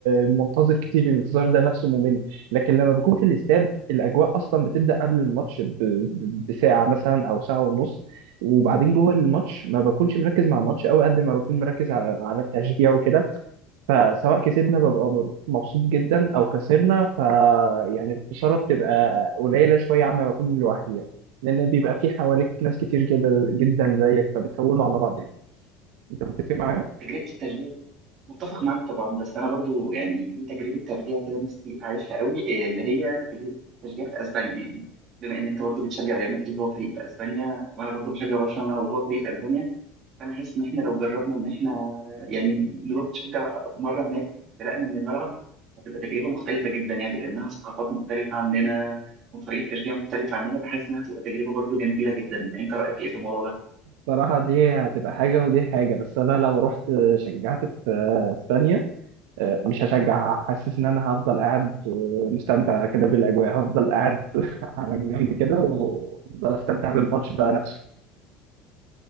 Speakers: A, on the right (about 85°); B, on the right (about 35°).
A: منتظر كتير الانتظار ده نفسه ممل لكن لما بكون في الاستاد الاجواء اصلا بتبدا قبل الماتش ب- ب- بساعه مثلا او ساعه ونص وبعدين جوه الماتش ما بكونش مركز مع الماتش قوي قد ما بكون مركز على على التشجيع وكده فسواء كسبنا ببقى مبسوط جدا او خسرنا ف يعني الخساره بتبقى قليله شويه عما بكون لوحدي يعني لان بيبقى في حواليك ناس كتير جدا جدا زيك فبتهونوا على بعض يعني انت متفق معايا؟
B: تجربة الترجيع دي متفق معاك طبعا بس انا برضو يعني في تجربة ترجيع كده نفسي اعيشها قوي إيه اللي هي تجربة الترجيع في اسبانيا يعني بما ان انت برضو بتشجع ريال مدريد وهو فريق في اسبانيا وانا برضو بشجع برشلونة وهو فريق في اسبانيا فانا حاسس ان احنا لو جربنا ان احنا يعني نروح نشجع مرة هناك فرقنا من الملعب هتبقى تجربة مختلفة جدا يعني لانها ثقافات مختلفة عننا وطريقة تشجيع مختلفة عننا بحس انها هتبقى تجربة برضو جميلة جدا انت رأيك ايه في الموضوع ده؟
A: صراحة دي هتبقى حاجة ودي حاجة بس أنا لو رحت شجعت في اسبانيا آه، مش هشجع حاسس إن أنا هفضل قاعد آه، مستمتع كده بالأجواء هفضل قاعد <laughs> على جنب كده وأفضل أستمتع بالماتش بقى نفسه